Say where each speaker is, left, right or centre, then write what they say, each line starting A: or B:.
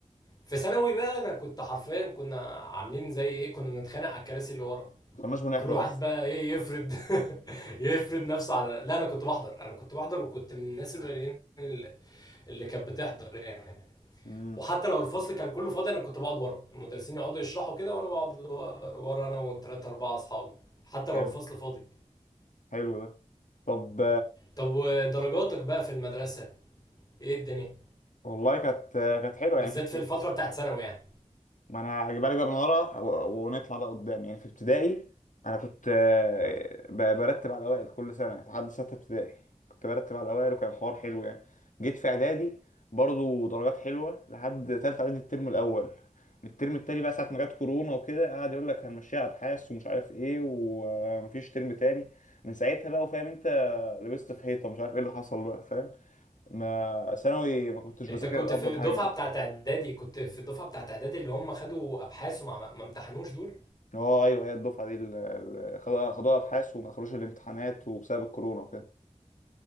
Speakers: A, on the left; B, on the left.
A: في ثانوي بقى انا كنت حرفيا كنا عاملين زي ايه كنا بنتخانق على الكراسي اللي ورا
B: ما كناش بنحضر
A: كل واحد
B: اصلا
A: بقى ايه يفرد <laughs> يفرد نفسه على لا انا كنت بحضر انا كنت بحضر وكنت من الناس القليلين اللي اللي كانت بتحضر يعني
B: امم
A: وحتى لو الفصل كان كله فاضي انا كنت بقعد ورا المدرسين يقعدوا يشرحوا كده وانا بقعد ورا انا وثلاثة اربعة اصحابي حتى
B: حلو
A: لو الفصل فاضي
B: حلو ده طب
A: طب ودرجاتك بقى في المدرسة ايه الدنيا
B: والله كانت كانت حلوه
A: بالذات
B: يعني في ابت-
A: في الفترة بتاعت ثانوي يعني
B: ما انا هجيبها لك بقى من ورا و- ونطلع بقى قدام يعني في ابتدائي انا كنت آه، ب- برتب على الاوائل كل سنه يعني، لحد سته ابتدائي كنت برتب على الاوائل وكان الحوار حلو يعني جيت في اعدادي برضو درجات حلوه لحد تالته اعدادي الترم الاول من الترم التاني بقى ساعه ما جت كورونا وكده قعد يقول لك هنمشيها ابحاث ومش عارف ايه ومفيش ترم تاني من ساعتها بقى وفاهم انت لبست في حيطه مش عارف ايه اللي حصل بقى فاهم ما ثانوي ما كنتش
A: انت
B: بذاكر
A: كنت في
B: افضل
A: الدفعه
B: حاجه يعني.
A: بتاعت اعدادي كنت في الدفعه بتاعت اعدادي اللي هم خدوا ابحاث وما ما ما امتحنوش دول
B: اه ايوه هي الدفعه دي اللي خدوها خدوها ابحاث وما دخلوش الامتحانات وبسبب الكورونا وكده